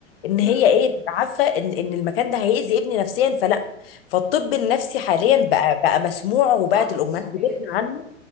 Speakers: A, on the left (about 50°); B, in the centre.
A: ان هي
B: مم.
A: ايه تبقى عارفه ان ان المكان ده هيأذي ابني نفسيا فلا فالطب النفسي حاليا
B: مم.
A: بقى بقى مسموع وبقت
B: صح
A: الامهات
B: صح
A: بتسمع
B: جدا
A: عنه